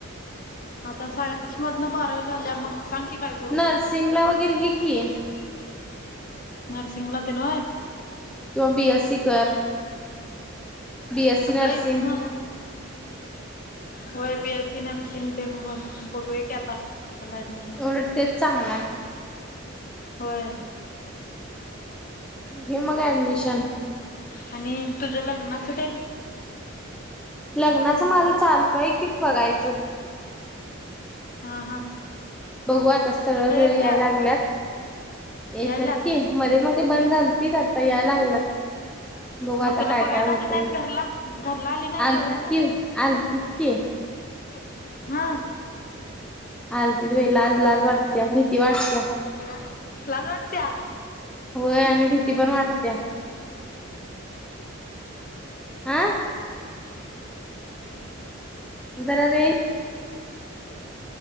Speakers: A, on the left (about 40°); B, in the centre.
A: आता सायनस मधन बारावी झालीया मग सांग की काय करू?
B: नर्सिंगला वगैरे घे की.
A: घे की. नर्सिंगलातेन व्हंय?
B: किवां बी एस सी कर. बीएससी
A: अगं
B: नर्सिंग
A: इतनं. व्हय बी एस सी नर्सिंग. तेच बघूया कि आता. कसाला अँडमिशन
B: उलट तेच चांगलाय.
A: होय.
B: घे मग ऍडमिशन.
A: आणि तुझ्या लग्नाचं तेण?
B: लग्नाचं माझं चालू हाय कि बघायचं.
A: हा हा.
B: बघू आता स्थळं-बिळं
A: स्थळ येत्यात
B: याय लागल्यात येत्यात
A: यायल्यात
B: की मध्ये-मध्ये बंद झालतीत आता याय लागल्यात. बघू आता
A: मग तुला
B: काय
A: बघायला
B: काय होतय
A: आली नाहीत घरला घरला आली नाहीत
B: आलतीत
A: बघायला
B: की आलतीत की.
A: कीव हा.
B: आलतीत बई लाज लाज वाटत्या भीती वाटत्या.
A: <unintelligible> लाज वाटत्या?
B: होय आणि भीती पण वाटत्या. आं. जरा रेन